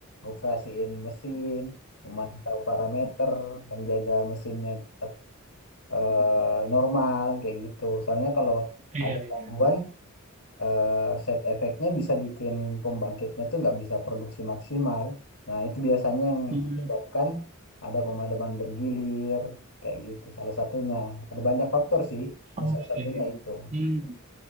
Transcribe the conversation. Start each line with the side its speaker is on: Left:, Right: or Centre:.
Left: operasiin mesin, memantau parameter, menjaga mesinnya tetap eh, normal kayak gitu. Soalnya kalau
Right: iya
Left: ada
Right: iya.
Left: gangguan eh, side effect-nya bisa bikin pembangkitnya tuh nggak bisa produksi maksimal. Nah, itu biasanya yang
Right: Hmm,
Left: menyebabkan ada pemadaman bergilir, kayak gitu salah satunya. Ada banyak faktor sih, cuma
Right: oke.
Left: salah satunya itu.
Right: Hmm.